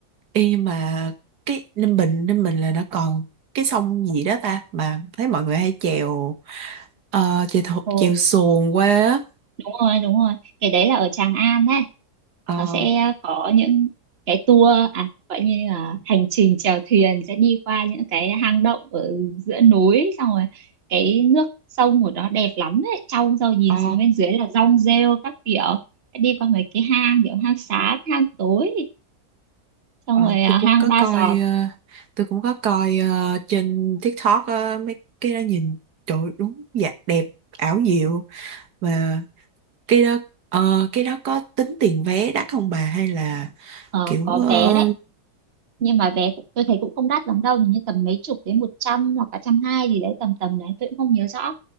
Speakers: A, on the right (about 85°); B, on the right (about 40°).
A: Ê, nhưng mà cái Ninh Bình Ninh Bình là nó còn cái sông gì đó ta mà thấy mọi người hay chèo ờ, chèo thồ-
B: Ồ,
A: chèo xuồng qua á.
B: đúng rồi đúng rồi cái đấy là ở Tràng An đấy
A: ờ
B: nó sẽ có những cái tour à gọi như là hành trình chèo thuyền sẽ đi qua những cái hang động ở giữa núi xong rồi cái nước sông của nó đẹp lắm đấy trong rồi nhìn
A: ờ
B: xuống bên dưới là rong rêu các kiểu đi qua mấy cái hang kiểu hang sáng hang tối xong
A: ờ,
B: rồi à,
A: tôi cũng
B: hang
A: có
B: ba
A: coi
B: giọt
A: ờ, tôi cũng có coi ờ, trên TikTok á, mấy cái đó nhìn trời ơi, đúng dạ đẹp ảo diệu và cái đó ờ, cái đó có tính tiền vé đắt không bà hay là
B: ờ,
A: kiểu
B: có
A: ờ,
B: vé đấy nhưng mà vé cũng, tôi thấy cũng không đắt lắm đâu hình như tầm mấy chục đến một trăm hoặc cả trăm hai gì đấy tầm tầm đấy tôi cũng không nhớ rõ